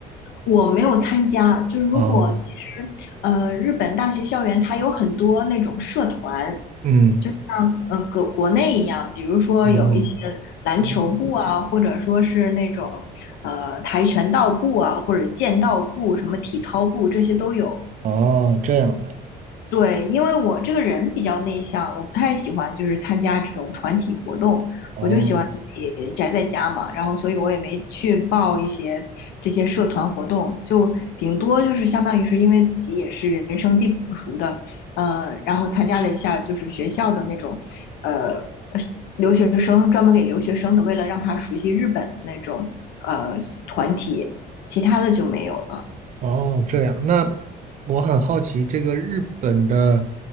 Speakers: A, on the left (about 80°); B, on the right (about 50°).
A: 我没有参加，就是如果其实呃日本大学校园它有很多那种社团，
B: 啊。嗯，
A: 像呃国国内一样，比如说有一些篮球部啊，
B: 哦，嗯
A: 或者说是那种呃跆拳道部啊，或者剑道部、什么体操部这些都有。
B: 哦，这样的，
A: 对，因为我这个人比较内向，我不太喜欢就是参加这种团体活动，
B: 哦，
A: 我就喜欢自己宅在家嘛，然后所以我也没去报一些这些社团活动，就顶多就是相当于是因为自己也是人生地不熟的，呃，然后参加了一下就是学校的那种，呃，留学生专门给留学生的，为了让他熟悉日本那种呃团体，其他的就没有了。
B: 哦，这样。那我很好奇，这个日本的